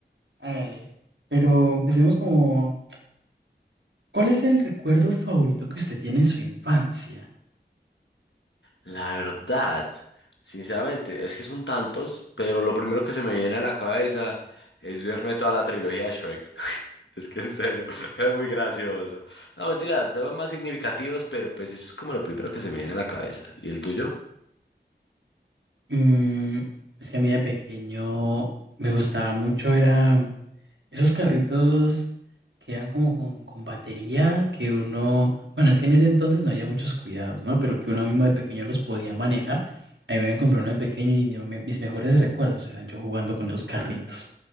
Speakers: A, on the right (about 90°); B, on the left (about 90°).
A: hágale. Pero empecemos como, ¿cuál es el recuerdo favorito que usted tiene en su infancia?
B: La verdad, sinceramente, es que son tantos, pero lo primero que se me viene a la cabeza es verme toda la trilogía de Shrek. <laughs> Es que en serio, <laughs> es muy gracioso. No, mentiras, temas más significativos, pero pues eso es como lo primero que se me viene a la cabeza. ¿Y el tuyo?
A: Mm, es que a mí de pequeño me gustaba mucho, era Esos carritos que eran como con, con batería, que uno, bueno, es que en ese entonces no había muchos cuidados, ¿no? Pero que uno mismo de pequeño los podía manejar. A mí me habían comprado uno de pequeño y mi- mi- mis mejores recuerdos eran yo jugando con esos carritos.